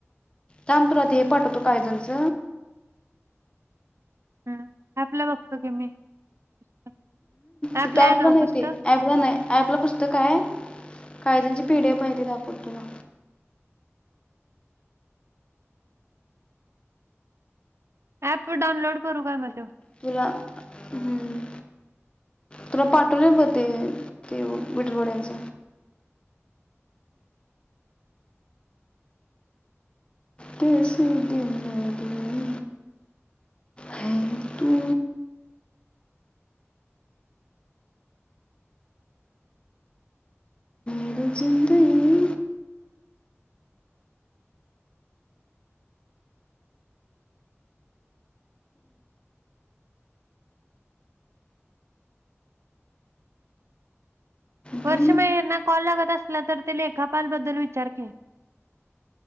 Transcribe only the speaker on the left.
थांब तुला ते हे पाठवतो कायजनच
तिथ अँपला
नाही
ते, अँपला नाही अँपला पुस्तक हाय, कायजनची पि डी एफ आहे तीत अँ पतूला
तुला हम्म तुला पाठवले ब ते ते विठरवाड्यांच कैसी दिल लगी हेै तू ये जिंदगी बिन